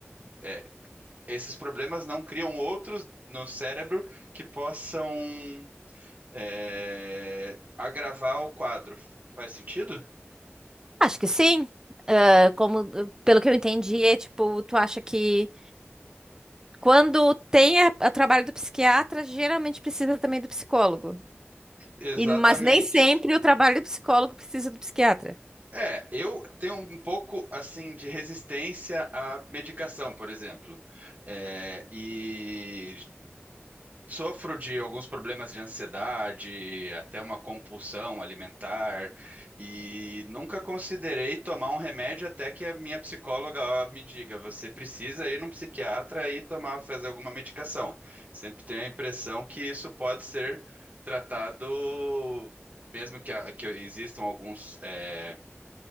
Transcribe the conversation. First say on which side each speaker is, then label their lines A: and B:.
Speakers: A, on the right; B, on the right.
A: é, esses problemas não criam outros no cérebro que possam é, agravar o quadro. Faz sentido?
B: Acho que sim. Ah, Como, pelo que eu entendi, é tipo, tu acha que quando tem a- o trabalho do psiquiatra, geralmente precisa também do psicólogo.
A: Exatamente.
B: E, mas nem sempre o trabalho do psicólogo precisa do psiquiatra.
A: É, eu tenho um pouco assim de resistência à medicação, por exemplo. É, e Sofro de alguns problemas de ansiedade, até uma compulsão alimentar, e nunca considerei tomar um remédio até que a minha psicóloga ó, me diga: você precisa ir num psiquiatra e tomar, fazer alguma medicação. Sempre tenho a impressão que isso pode ser tratado, mesmo que, a- que existam alguns. eh,